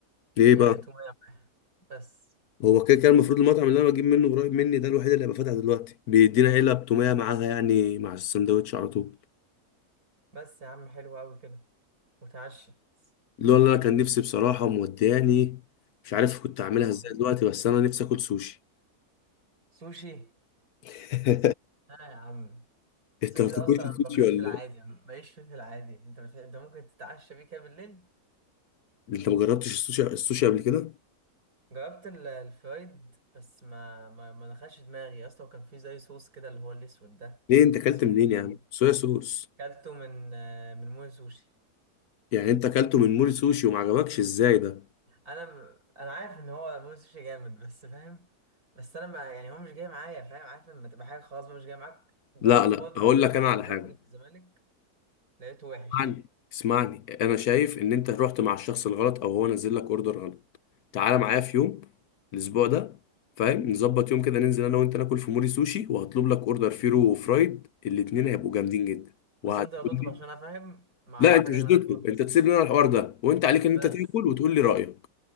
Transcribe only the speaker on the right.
آه تومية معاها بس
بس يا عم حلو أوي كده وتعشت
آه.
سوشي
آه يا عم
السوشي
ده أصلا أنا
ما باكلوش
في العادي
ما بقيش فيه في العادي أنت بت... أنت ممكن تتعشى بيه كده بالليل
جربت ال- الفرايد بس ما ما, ما دخلش دماغي أصلا وكان فيه زي صوص كده اللي هو الأسود ده
اسمه
إيه
كلته من آه، من موي سوشي
انا انا عارف ان هو موسيقى جامد بس فاهم بس انا ما يعني هو مش جاي معايا فاهم عارف لما تبقى حاجه خلاص بقى مش جاي معاك جربته
برضه
مرة
من
العربيات
اللي في الزمالك لقيته وحش
بس
انت لو تطلب
عشان انا فاهم ما اعرفش
حاجه
هناك خالص
بس